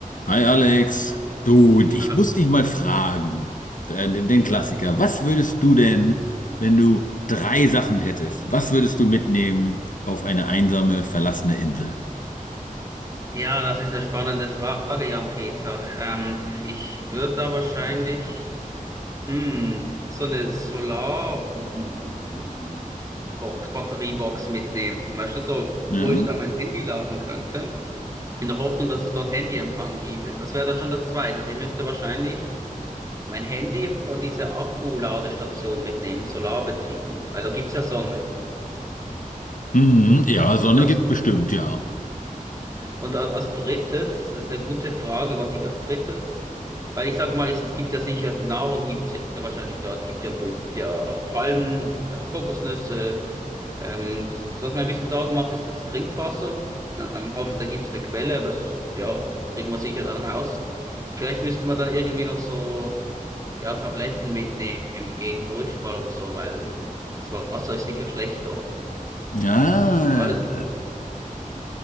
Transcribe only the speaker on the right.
Ja,
ja.
Ja, das ist eine spannende Frage, Jan-Peter. Ähm, ich würde da wahrscheinlich hm, so eine Solar-Box, Batteriebox mitnehmen. Weißt du, so, wo
ich da mein Handy laden könnte, in der Hoffnung, dass es dort Handyempfang gäbe. Das wäre dann schon das Zweite. Also ich müsste wahrscheinlich mein Handy und diese Akkuladestation mitnehmen, solarbetrieben, weil da gibt's ja Sonne.
Und
das
Und a- als drittes, das ist eine gute Frage, was ich als drittes, weil ich sag mal, es, es gibt ja sicher, Nahrung gibt's ja wahrscheinlich dort, gibt ja, gibt ja Palmen, gibt ja Kokosnüsse. Ähm, was mir ein bisschen Sorgen macht, ist das Trinkwasser. Ähm, hoffe, da gibt's eine Quelle, aber das, ja, kriegen wir sicher dann raus. Vielleicht müsste man dann irgendwie noch so, ja, Tabletten mitnehmen gegen Durchfall oder so, weil das Wasser ist sicher schlecht dort.
Und alles.